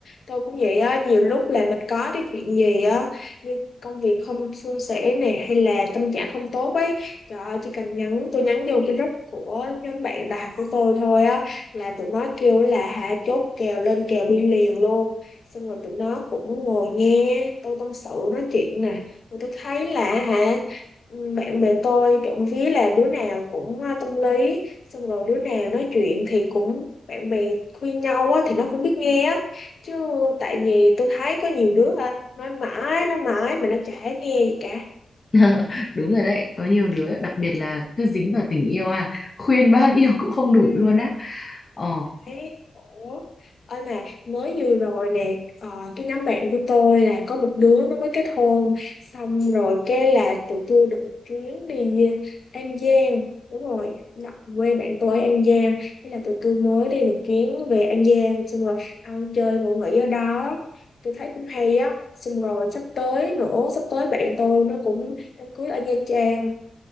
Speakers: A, on the left; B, on the left.
A: tôi cũng vậy á nhiều lúc là mình có cái chuyện gì á như công việc không suôn sẻ nè hay là tâm trạng không tốt ấy trời ơi chỉ cần nhắn tôi nhắn vô cái group của nhóm bạn đại học của tôi thôi á là tụi nó kêu là hả chốt kèo lên kèo đi liền luôn xong rồi tụi nó cũng ngồi nghe tôi tâm sự nói chuyện nè rồi tôi thấy là hả bạn bè tôi trộm vía là đứa nào cũng ờ, tâm lý xong rồi đứa nào nói chuyện thì cũng bạn bè khuyên nhau á, thì nó cũng biết nghe á chứ tại vì tôi thấy có nhiều đứa hả nói mãi nói mãi mà nó chả nghe gì cả
B: <laughs> đúng rồi đấy có nhiều đứa đặc biệt là cứ dính vào tình yêu ha khuyên bao nhiêu cũng không
A: ừ.
B: đủ luôn á ờ
A: Đấy, ủa. Ôi mà mới vừa rồi nè ờ, cái nhóm bạn của tôi là có một đứa nó mới kết hôn xong rồi cái là tụi tôi được một chuyến đi An Giang đúng rồi Nó- quê bạn tôi ở An Giang thế là tụi tôi mới đi một chuyến về An Giang xong rồi ăn chơi ngủ nghỉ ở đó tôi thấy cũng hay á xong rồi sắp tới nữa sắp tới bạn tôi nó cũng đám cưới ở Nha Trang